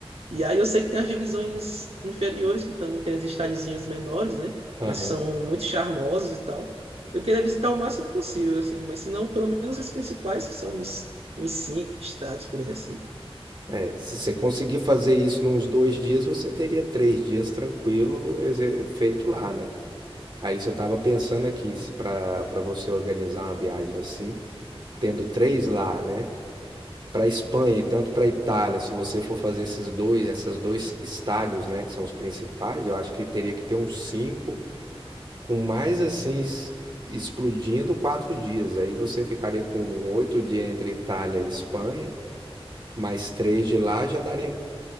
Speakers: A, on the right; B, on the right.
A: E aí eu sei que tem as divisões inferiores, que também tem os estádiozinhos menores, né?
B: aham.
A: Mas que são muito charmosos e tal. Eu queria visitar o máximo possível, assim, mas se não, pelo menos os principais, que são os, os cinco estádios por aí, assim.
B: É, se você conseguir fazer isso nos dois dias, você teria três dias tranquilo exe- feito lá, né? Aí se eu tava pensando aqui, se para para você organizar uma viagem assim, tendo três lá, né? Para Espanha e tanto para Itália, se você for fazer esses dois, essas dois estádios, né, que são os principais, eu acho que teria que ter uns cinco, com mais assim es- explodindo quatro dias. Aí você ficaria com oito dias entre Itália e Espanha. Mais três de lá já daria